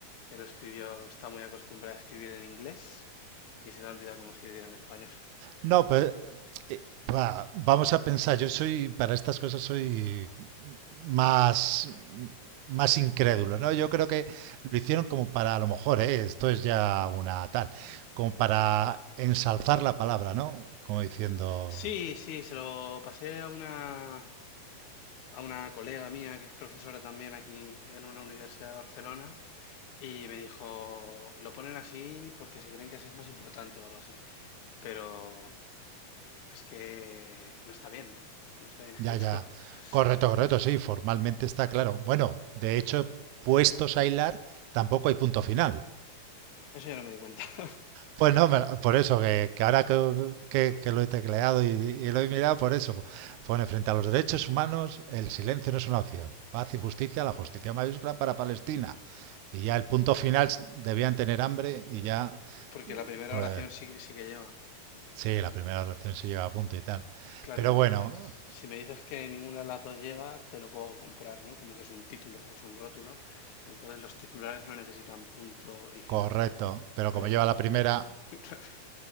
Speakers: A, on the left (about 65°); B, on the right (about 80°).
A: que lo escribió está muy acostumbrada a escribir en inglés y se le ha olvidado cómo escribir en español.
B: No, pues eh, va, vamos a pensar, yo soy, para estas cosas soy más, más incrédulo, ¿no? Yo creo que lo hicieron como para, a lo mejor, ¿eh? esto es ya una tal, como para ensalzar la palabra, ¿no? Como diciendo,
A: Sí, sí, se lo pasé a una, a una colega mía que es profesora también aquí en una universidad de Barcelona y me dijo, lo ponen así porque se creen que así es más importante o algo así, pero es que no está bien, no está bien escrito.
B: ya, ya,
A: <laughs>
B: correcto, correcto, sí, formalmente está claro. Bueno, de hecho, puestos a hilar, tampoco hay punto final.
A: Eso ya no me di cuenta, <laughs>
B: Pues no, me- lo- por eso, que, que ahora que, que- que lo he tecleado y, y lo he mirado, por eso pone frente a los derechos humanos, el silencio no es una opción. Paz y justicia, la justicia mayúscula para Palestina. Y ya el punto final, s- debían tener hambre y ya,
A: porque la primera
B: pues
A: oración sí, que- sí que lleva.
B: sí, la primera oración se lleva a punto y tal.
A: Claro,
B: Pero
A: entonces,
B: bueno,
A: si me dices que ninguna de las dos lleva, te lo puedo comprar, ¿no? Como que es un título, es un rótulo, entonces los titulares no necesitan punto y final,
B: correcto. Pero
A: pero...
B: como lleva la primera,
A: <laughs>